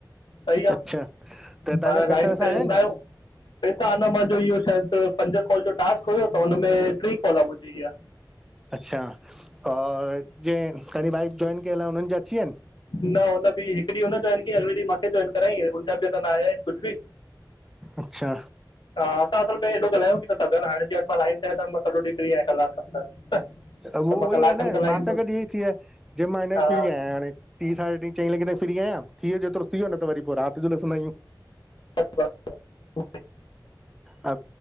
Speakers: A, on the left; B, in the centre.
A: सही आ,
B: अच्छा त तव्हांजा
A: पाण
B: पैसा
A: लाइन
B: वैसा
A: ते
B: आया
A: हूंदा
B: आहिनि
A: आहियूं पैसा अना मुंहिंजो इहो शायदि पंज कॉल जो टास्क हुयो त हुन में टी कॉल मुंहिंजी ईया
B: अच्छा और जे कनी ब <inaudible> जोइंन कयल आ उनन जा अची वियान?
A: न हुन बि हिकु ॾींहुं उन जोइंन कयई अॻले ॾीहुं मूंखे जोइंन करायई हुन बि न आया आहिनि कुझु बि
B: अच्छा
A: ह असां आसल में हेॾो ॻाल्हायूं बि नथा हाणे जे तहा मां लाइन ते आहियो त मां सॼो ॾींहु फ्री आहिया कलाक खन त
B: त उहो
A: मां
B: उह
A: कलाकनि
B: ई आहे् न
A: ॻाल्हाईंदुमि
B: पाण सां गॾु इ ई थी वियो जे मां हियर
A: हा
B: फिरी आहियां हाणे टीं साढे टे चईं लॻे ताई फ्री आहियां थीयो जेतिरो थीयो न त वरी पो रात जो ॾिसन्दा आहियूं।
A: ब ब -- <inaudible>
B: हा,